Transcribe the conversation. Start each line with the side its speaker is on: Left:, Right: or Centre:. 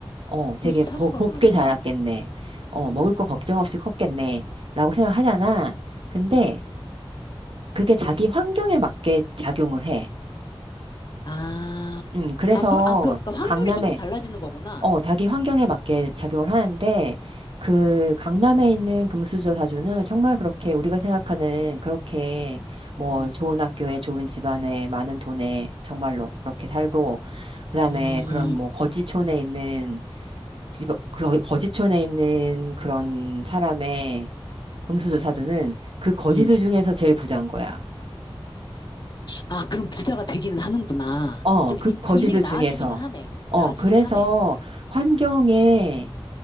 Right: 어, 되게
Left: 그렇지. 사주가
Right: 고, 곱게
Left: 그러니까.
Right: 자랐겠네. 어,
Left: 음,
Right: 먹을 거 걱정 없이 컸겠네. 라고 생각하잖아. 근데 그게 자기 환경에 맞게 작용을 해.
Left: 아,
Right: 음, 그래서
Left: 아, 그, 아, 그, 그러니까 확률이
Right: 강남에,
Left: 조금 달라지는 거구나.
Right: 어, 자기 환경에 맞게 작용을 하는데 그 강남에 있는 금수저 사주는 정말 그렇게 우리가 생각하는 그렇게 뭐
Left: 음,
Right: 좋은 학교에 좋은 집안에 많은 돈에 정말로 그렇게 살고 그다음에
Left: 음.
Right: 그런 뭐 거지촌에 있는 집, 그 거지촌에 있는 그런 사람의 금수저 사주는 그 거지들
Left: 음.
Right: 중에서 제일 부자인 거야.
Left: 아, 그럼 부자가 되기는 하는구나.
Right: 어,
Left: 좀
Right: 그
Left: 인,
Right: 거지들
Left: 인생이 나아지기는
Right: 중에서.
Left: 하네.
Right: 어,
Left: 나아지기는
Right: 그래서
Left: 하네.
Right: 환경에